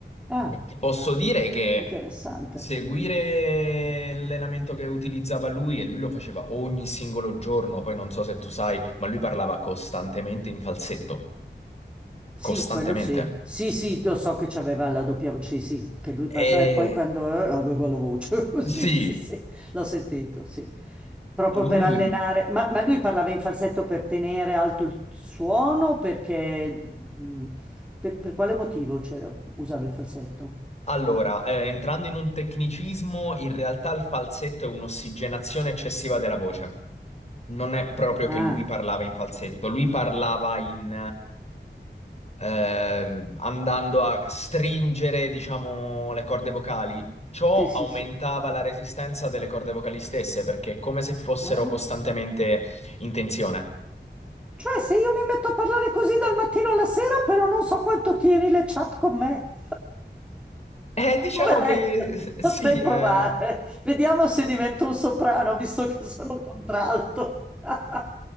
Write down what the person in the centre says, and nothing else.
Ah,
interessante.
Sì,
quello sì. Sì, sì, lo so che c'aveva la doppia voce, sì, sì, che lui passava
e poi quando eh, aveva la voce, <laughs> così,
sì, sì, l'ho sentito, sì. Proprio
per allenare, ma, ma lui parlava in falsetto per tenere alto il suono, o perché, mm, per, per quale motivo c'era, usava il falsetto?
Ah,
sì, sì,
sì.
Eh?
Cioè, se io mi metto a parlare così dal mattino alla sera, però non so quanto tieni le chat con me.
Poveretto,
potrei
provare. Vediamo se divento un soprano, visto che sono un contralto. <laughs>